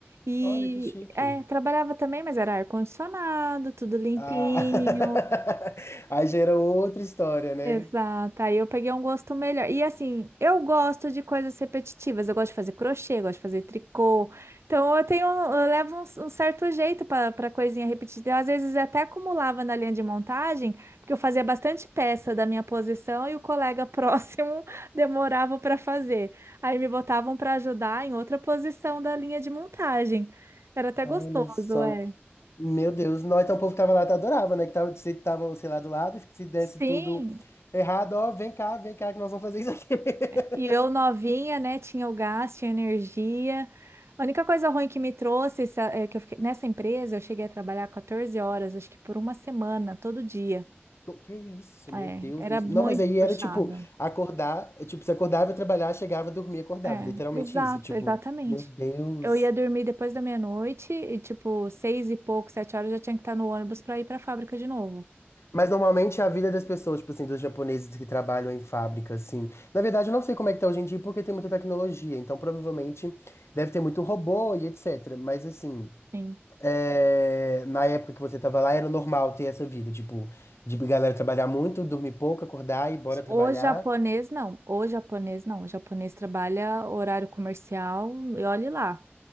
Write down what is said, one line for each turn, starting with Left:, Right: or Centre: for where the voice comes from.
Right: E
Left: Olha que chique.
Right: é, trabalhava também, mas era ar-condicionado, tudo limpinho.
Left: Ah. <laughs> Aí gera outra história, né?
Right: Exato. Aí eu peguei um gosto melhor. E assim, eu gosto de coisas repetitivas. Eu gosto de fazer crochê, eu gosto de fazer tricô. Então eu tenho, eu levo um, um certo jeito para para coisinha repetida. Às vezes até acumulava na linha de montagem, porque eu fazia bastante peça da minha posição e o colega próximo <laughs> demorava para fazer. Aí me botavam para ajudar em outra posição da linha de montagem. Era até
Left: Olha
Right: gostoso,
Left: só.
Right: é.
Left: Meu Deus. nós então o povo que tava lá adorava, né? Que tava, se tava, sei lá, do lado, que se desse
Right: Sim,
Left: tudo errado, ó, vem cá, vem cá que nós vamos fazer isso aqui. <laughs>
Right: e eu novinha, né? Tinha o gás, tinha energia. A única coisa ruim que me trouxe essa- é que eu fiquei, nessa empresa, eu cheguei a trabalhar 14 horas, acho que por uma semana, todo dia.
Left: Tô- Que isso,
Right: É,
Left: meu Deus
Right: era
Left: do céu.
Right: muito
Left: Não, mas aí
Right: puxado.
Left: era tipo, acordar, é, tipo, você acordava, ia trabalhar, chegava, dormia, acordava.
Right: É,
Left: Literalmente
Right: exato,
Left: isso. Tipo,
Right: exatamente.
Left: meu Deus.
Right: Eu ia dormir depois da meia-noite e, tipo, seis e pouco, sete horas, eu já tinha que estar no ônibus para ir para a fábrica de novo.
Left: Mas normalmente é a vida das pessoas, tipo assim, dos japoneses que trabalham em fábrica, assim. Na verdade, eu não sei como é que tá hoje em dia, porque tem muita tecnologia. Então, provavelmente, deve ter muito robô e etc. Mas, assim,
Right: Sim.
Left: é, na época que você tava lá, era normal ter essa vida, tipo, de galera trabalhar muito, dormir pouco, acordar e bora trabalhar.
Right: O japonês, não. O japonês, não. O japonês trabalha horário comercial e olhe lá.